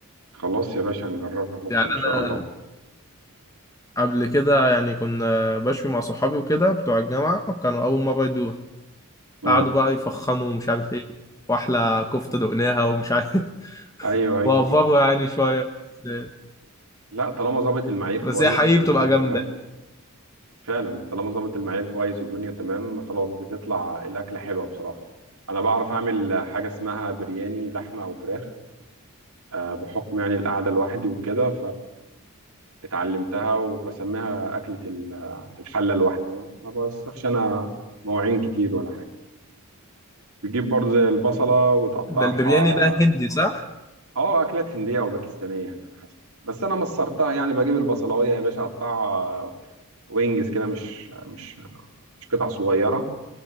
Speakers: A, on the right; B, on the left.
A: خلاص يا باشا هنجربها بكرة
B: يعني
A: ان شاء
B: أنا
A: الله
B: قبل كده يعني كنا بشوي مع صحابي وكده بتوع الجامعة وكانوا أول مرة يدوها
A: امم
B: قعدوا بقى يفخموا ومش عارف إيه وأحلى كفتة دقناها ومش عارف <laughs>
A: ايوه ايوه
B: وأفروا
A: ما أنا-
B: يعني شوية بس
A: لا طالما ظابط المعايير كويس
B: بس هي حقيقي
A: والدنيا
B: بتبقى جامدة
A: تمام فعلا طالما ظبط المعيار كويس والدنيا تمام خلاص بتطلع الأكلة حلوة بصراحة أنا بعرف أعمل حاجة اسمها برياني لحمة أو فراخ آه، بحكم يعني القعدة لوحدي وكده فاتعلمتها وبسميها أكلة ال- الحلة الواحدة ما ما بوسخش أنا مواعين كتير ولا حاجة بتجيب برضه زي البصلة وتقطعها
B: ده البرياني ده هندي صح؟
A: اه أكلات هندية أو باكستانية يعني على حسب بس أنا مصرتها يعني بجيب البصلاية يا باشا أقطعها وينجز كده مش مش مش قطع صغيرة